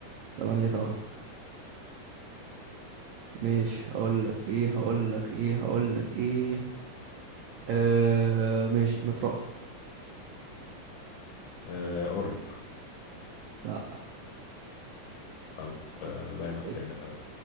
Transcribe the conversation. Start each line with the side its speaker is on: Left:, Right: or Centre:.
Right: تمانية سبعة ماشي هقولك ايه هقولك ايه هقولك ايه آه ماشي مطرقة
Left: آه قرن
Right: لا
Left: طب آه لاين اب
Right: ات-
Left: تاني طيب